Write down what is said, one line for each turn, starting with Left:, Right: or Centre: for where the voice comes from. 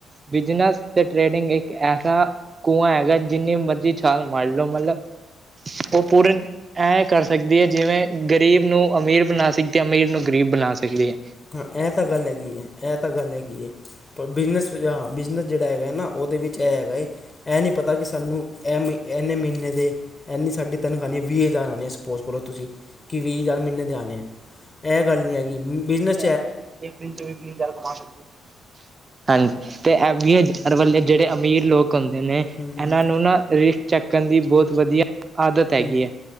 Right: ਬਿਜਨਸ ਤੇ ਟ੍ਰੇਡਿੰਗ ਇੱਕ ਐਸਾ ਕੂਆ ਹੈਗਾ ਜਿੰਨੀ ਮਰਜ਼ੀ ਛਾਲ ਮਾਰ ਲਓ ਮਤਲਬ ਉਹ ਪੂਰੇ ਐਂ ਕਰ ਸਕਦੈ ਐਂ ਜਿਵੇਂ ਗਰੀਬ ਨੂੰ ਅਮੀਰ ਬਨਾ ਸਕਦੀ ਆਂ, ਅਮੀਰ ਨੂੰ ਗਰੀਬ ਬਨਾ ਸਕਦੀ ਏ।
Left: ਹਾਂ, ਇਹ ਤਾਂ ਗੱਲ ਹੈਗੀ ਹੈ, ਇਹ ਤਾਂ ਗੱਲ ਹੈਗੀ ਹੈ ਪਰ ਬਿਜਨਸ, ਬਿਜਨਸ ਜੇੜਾ ਹੈਗੈ ਨਾ, ਓਦੇ ਵਿੱਚ ਐ ਹੈਗਾ ਏ। ਇਹ ਨਹੀਂ ਪਤਾ ਕਿ ਸਾਨੂੰ, ਇਹ ਮ ਇਨੇ ਮਹੀਨੇ ਦੇ ਏਨੀ ਸਾਡੀ ਤਨਖਾਹ ਆਨੀ, ਐ ਵੀਹ ਹਜ਼ਾਰ ਆਣੇ, ਸਪੋਜ ਕਰੋ ਤੁਸੀਂ ਕਿ ਵੀਹ ਹਜ਼ਾਰ ਮਹੀਨੇ ਦੇ ਆਣੇ ਐ। ਇਹ ਗੱਲ ਨਹੀਂ ਹੈਗੀ, ਬਿਜਨਸ
Right: ਐ ਵੀ ਹੈ ਇਕ ਦਿਨ ਚ ਵੀਹ ਹਜ਼ਾਰ ਕਮਾ ਸਕਦੇ ਹੋ, ਹਾਂਜੀ, ਤੇ ਇਹ ਹਰ ਵੇਲੇ ਜਿਹੜੇ ਅਮੀਰ ਲੋਕ ਹੁੰਦੇ ਨੇ,
Left: ਹੂੰ ਹੂੰ
Right: ਇਹਨਾਂ ਨੂੰ ਨਾ ਰਿਸ੍ਕ ਚੱਕਣ ਦੀ ਬਹੁਤ ਵਧੀਆ ਆਦਤ ਹੈਗੀ
Left: ਹੂੰ
Right: ਹੈ,